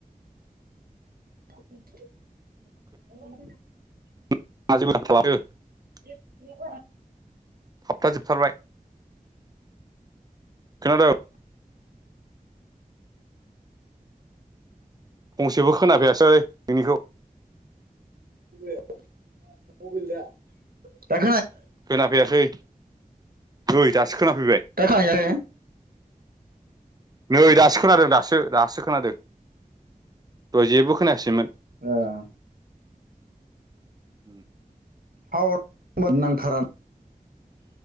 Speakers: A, on the right; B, on the right.
A: <inaudible>
B: <inaudible>
A: <inaudible>
B: थाबथा जोबथारबाय, खोनादों? फंसेबो खोनाफैयासै नोंनिखौ।
A: <unintelligible>
B: खोना फैयासै ओए। सो खोनाफैबाय
A: दा खोनाहैयाखै
B: नै दासो खोनादों दासो। दासो खोनादों दय जेबो खोनायासैमोन।
A: ओह।
B: उम।
A: <unintelligible>